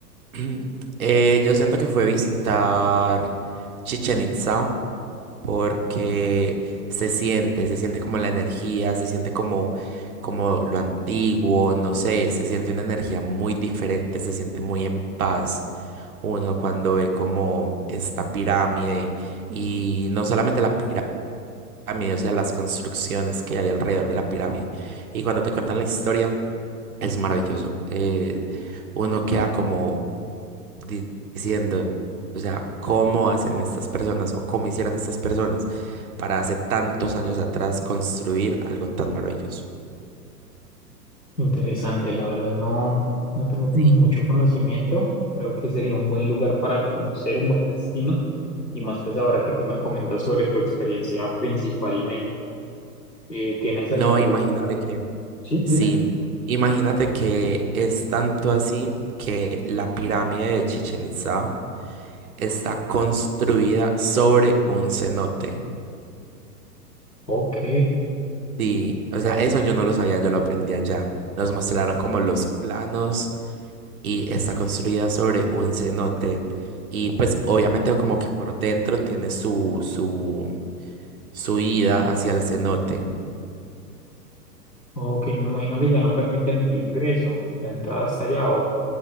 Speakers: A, on the right; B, on the left.
A: <clears throat> Eh, yo siento que fue visitar Chichen Itza porque se siente, se siente como la energía, se siente como, como lo antiguo, no sé, se siente una energía muy diferente, se siente muy en paz uno cuando ve como esta pirámide y no solamente la pirámide, o sea, las construcciones que hay alrededor de la pirámide. Y cuando te cuentan la historia, es maravilloso. eh, uno queda como di- diciendo, o sea, cómo hacen estas personas o cómo hicieron estas personas para hace tantos años atrás construir algo tan maravilloso.
B: Interesante, la verdad no, no tengo
A: Sí.
B: como mucho conocimiento. Creo que sería un buen lugar para conocer, un buen destino. Y más pues ahora que tú me comentas sobre tu experiencia principalmente. Eh, ¿tienes
A: No,
B: algún
A: imagínate
B: lugar?
A: que,
B: Sí,
A: sí,
B: dime.
A: imagínate que es tanto así que la pirámide de Chichen Itza está construida sobre un cenote.
B: Ok,
A: Sí, o sea, eso yo no lo sabía, yo lo aprendí allá. Nos mostraron como los planos y está construida sobre un cenote. Y pues obviamente como que por dentro tiene su, su, su ida hacia el cenote.
B: ok, me imagino que ya no permiten el ingreso, la entrada hasta allá o